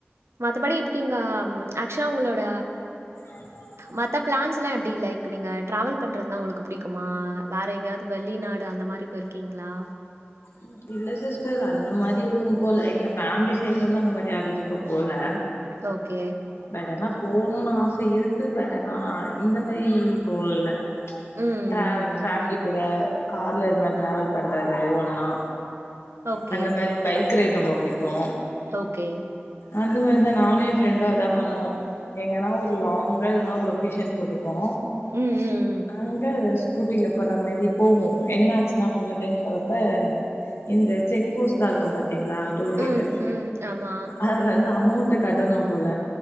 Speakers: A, on the right; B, on the left.
A: மத்தபடி இப்டிங்க ஆக்சுவலா உங்களோட
B: யம்
A: மத்த பிளான்ஸ்லா எப்டி லைக் நீங்க ட்ராவல் பண்றதுலா உங்களுக்கு புடிக்குமா வேற எங்கேயாவ்து வெளிநாடு அந்த மாரி போயிருக்கீங்ளா
B: ம் இல்ல சிஸ்டர் அந்த மாரி எதுவு போல எங்க ஃபேமிலி சைட்லருந்து அந்த மாரி யார் எதுக்கு போல
A: ஓகே.
B: பட் ஆனா போணுனு ஆச இருக்கு பட் ஆனா இந்த மாரி போல்ல
A: ம்,
B: ட்ரா ஃபேமிலி
A: ம், ம்.
B: கூட கார்ல இது மாரி ட்ராவல் பண்றது ஒன்னா
A: ஓகே
B: அந்த மாரி பைக் ரைட் ரொம்ப புடிக்கு
A: ஓகே
B: அந்த மாரிதா நானு ஏ ஃப்ரெண்டு அதா பண்ணுவோ எங்கனா ஒரு லாங்கான ஒரு லொக்கேஷன் போட்டுப்போ
A: ம் ம் ம்
B: அங்க ஸ்கூட்டில போற மாரி போவோ என்னாச்சுன்னா போன டைம் போறப்ப இப்ப இந்த செக் போஸ்ட்லா இருக்கு பாத்தீங்களா டோல்கேட்டு
A: ம் ம் ம் ஆமா
B: அது அதுல இருந்து அமௌன்ட் கட்டணும் போல